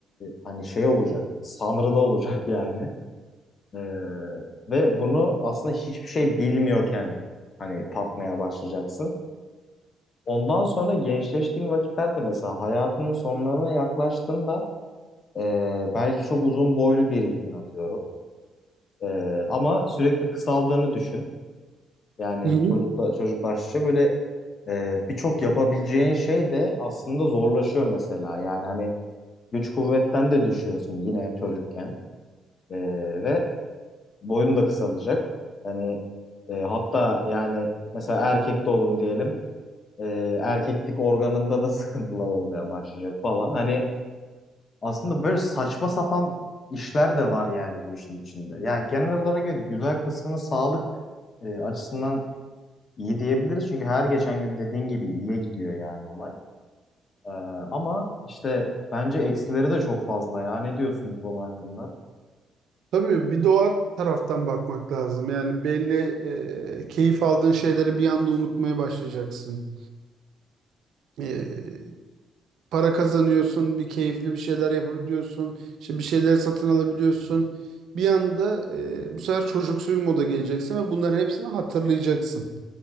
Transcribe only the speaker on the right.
Hı hı.
Tabii bir doğa taraftan bakmak lazım. Yani belli e, keyif aldığın şeyleri bir anda unutmaya başlayacaksın. E, para kazanıyorsun, bir keyifli bir şeyler yapabiliyorsun, işte bir şeyleri satın alabiliyorsun. Bir anda e, bu sefer çocuksu bir moda geleceksin ve bunların hepsini hatırlayacaksın.